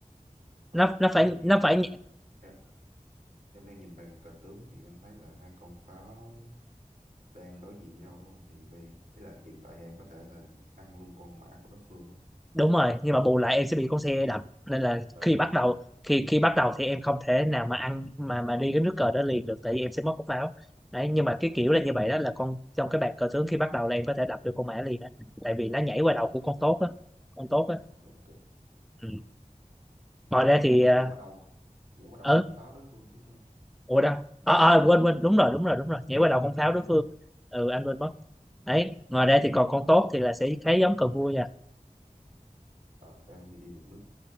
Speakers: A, on the right; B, in the centre.
A: Ờ,
B: nó nó
A: ví
B: phải
A: dụ như
B: nó
A: em
B: phải
A: đang em, em đang nhìn bàn cờ tướng thì em thấy là hai con pháo đang đối diện nhau luôn thì về ý là hiện tại thì em có thể là ăn luôn con mã của đối phương đúng không?
B: đúng rồi nhưng mà bù lại em sẽ bị con xe đập nên là
A: Ờ
B: khi
A: đúng
B: bắt
A: rồi đúng
B: đầu
A: rồi.
B: khi khi bắt đầu thì em không thể nào mà ăn mà mà đi cái nước cờ đó liền được tại vì em sẽ mất cốc pháo đấy nhưng mà cái kiểu là như vậy đó là con trong cái bàn cờ tướng khi bắt đầu là em có thể đập được con mã liền á tại vì nó nhảy qua đầu
A: Ok
B: của con tốt á con tốt á
A: ok.
B: ừ. ngoài ra
A: Ơ
B: thì ờ
A: nhảy qua đầu nhảy qua đầu
B: ừ,
A: con pháo đối phương chứ đúng không?
B: ủa đâu ờ ờ quên quên đúng rồi đúng rồi đúng rồi nhảy qua đầu con
A: <laughs>
B: pháo đối phương ừ anh quên mất đấy ngoài ra thì còn con tốt thì là sẽ khá giống cờ vua nha
A: Ờ, em thì đi một nước.